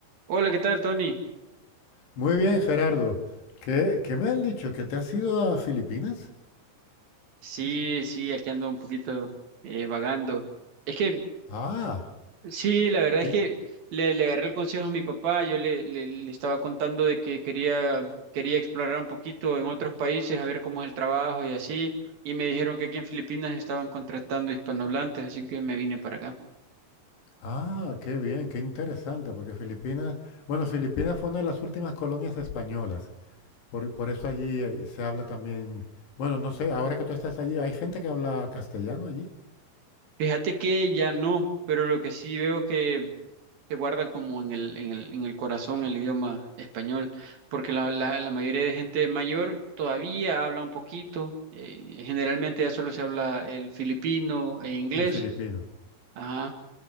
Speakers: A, on the right; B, on the left.
A: Hola, ¿qué tal, Tony?
B: Muy bien, Gerardo. ¿Qué, qué me han dicho? ¿Que te has ido a Filipinas?
A: Sí, sí, aquí ando un poquito eh, vagando. Es que,
B: Ah,
A: sí, la verdad
B: qué,
A: es que le, le agarré el consejo a mi papá. Yo le, le, le estaba contando de que quería, quería explorar un poquito en otros países, a ver cómo es el trabajo y así. Y me dijeron que aquí en Filipinas estaban contratando hispanohablantes, así que me vine para acá.
B: ah, qué bien, qué interesante, porque Filipinas, bueno, Filipinas fue una de las últimas colonias españolas. Por, por eso allí eh, se habla también, bueno, no sé, ahora que tú estás allí, ¿hay gente que habla castellano allí?
A: Fíjate que ya no, pero lo que sí veo que se guardan como en el, en el, en el corazón el idioma español, porque la, la, la mayoría de gente mayor todavía habla un poquito, eh, generalmente ya solo se habla el filipino e inglés,
B: El filipino.
A: ajá,